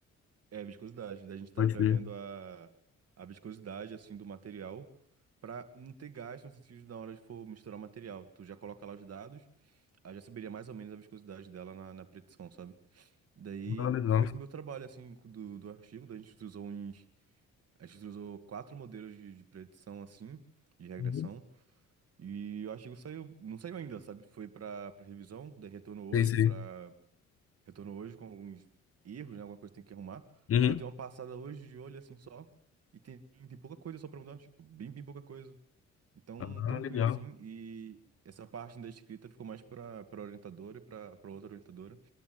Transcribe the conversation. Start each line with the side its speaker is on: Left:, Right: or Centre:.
Right: É, viscosidade. Daí A gente tá
Left: Pode
Right: prevendo
Left: crer.
Right: a, a viscosidade, assim, do material pra não ter gasto no sentido de na hora de for misturar o material. Tu já coloca lá os dados, aí já saberia mais ou menos a viscosidade dela na, na predição, sabe? Daí
Left: Ah, legal.
Right: foi esse meu trabalho, assim, do, do artigo. Daí a gente usou uns... A gente usou quatro modelos de, de predição, assim, de regressão.
Left: Uhum.
Right: E o artigo saiu... Não saiu ainda, sabe? Foi pra, pra revisão, daí retornou hoje
Left: Sei, sei.
Right: pra... Retornou hoje com alguns erros, né? Alguma coisa que tem que arrumar.
Left: Uhum.
Right: Aí eu dei uma passada hoje de olho assim só. E tem, tem pouca coisa só pra mudar, tipo, bem, bem pouca coisa. Então,
Left: Ah,
Right: tranquilo
Left: legal.
Right: assim. E essa parte da escrita ficou mais pra, pra orientadora e pra, pra outra orientadora.